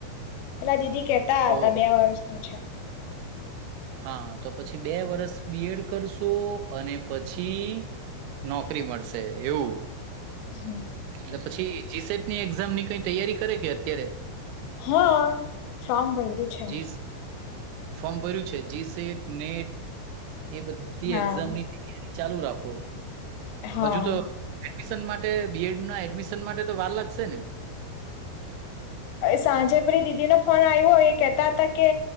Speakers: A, on the left (about 80°); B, on the right (about 80°).
A: પેલા દીદી કેતા હતા
B: ઓહો
A: બે વર્ષ નું છે
B: હા તો પછી બે વર્ષ બી એડ કરશો અને પછી નોકરી મળશે એવું
A: હ
B: એટલે પછી જીસેટની એક્ઝામની કઈ તૈયારી કરે કે અત્યારે
A: હા ફોમ ભર્યું છે
B: જી ફોર્મ ભર્યું છે જીસેટ નેટ એ બધી
A: હા
B: એક્ઝામની ચાલુ રાખો
A: હા
B: હજુ તો એડમિશન માટે બીએડ ના એડમિશન માટે તો વાર લાગશે ને
A: સાંજે પેલી દીદી ન ફોન આવ્યો હો એ કેહેતા હતા કે